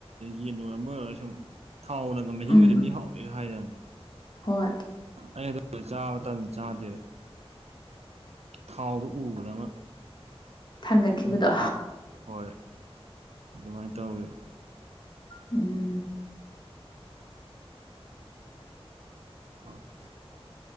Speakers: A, on the right (about 85°); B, on the left (about 45°).
A: ꯌꯦꯟ ꯑꯣꯏꯔꯝꯕ ꯑꯣꯏꯔꯁꯨ ꯊꯥꯎꯅ ꯃꯍꯤꯒꯤꯗ
B: ꯎꯝ
A: ꯃꯤ ꯍꯥꯎꯋꯦꯒ ꯍꯥꯏꯗꯅ
B: ꯍꯣꯏ
A: ꯑꯩ ꯑꯗꯨ ꯆꯥꯕ ꯃꯇꯝ ꯆꯥꯗꯦꯕ ꯊꯥꯎꯗꯣ ꯎꯕꯗ ꯑꯃ
B: ꯊꯥꯡꯒꯠꯈꯤꯕꯗꯣ
A: ꯈꯪꯗꯦ ꯑꯩꯉꯣꯟꯗ ꯍꯣꯏ ꯑꯗꯨꯃꯥꯏꯅ ꯇꯧꯋꯦꯕ꯫
B: ꯎꯝ꯫
A: <inaudible>